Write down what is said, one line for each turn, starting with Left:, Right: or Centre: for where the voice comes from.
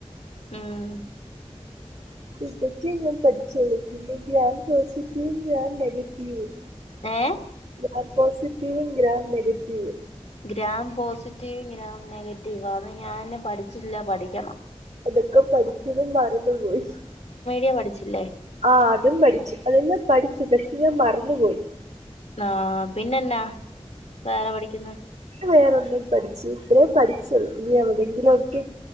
Left: ഉം
Right: ഇതൊക്കെയ ഞാൻ പഠിച്ചുള്ളു പിന്നെ ഗ്രാൻ പോസിറ്റീവും ഗ്രാൻ നെഗറ്റീവും
Left: ഏഹ്
Right: ഗ്രാൻ പോസിറ്റീവും ഗ്രാൻ നെഗറ്റീവും
Left: ഗ്രാം പോസിറ്റീവും ഗ്രാം നെഗറ്റീവും അത് ഞാൻ പഠിച്ചില്ല പഠിക്കണം
Right: അതൊക്കെ പഠിച്ചതും മറന്ന് പോയി
Left: ക്കെ പഠിച്ചില്ലേ
Right: ആ അതും പഠിച്ചു അതന്നാ പഠിച്ചു പക്ഷെ ഞാൻ മറന്ന് പോയി
Left: ആഹ് പിന്നെന്നാ വേറെ പഠിക്കുന്ന
Right: വേറെ ഒന്നും പഠിച്ചു ഇത്രേം പഠിച്ച് നി എവിടെയെങ്കിലും ഒക്കെ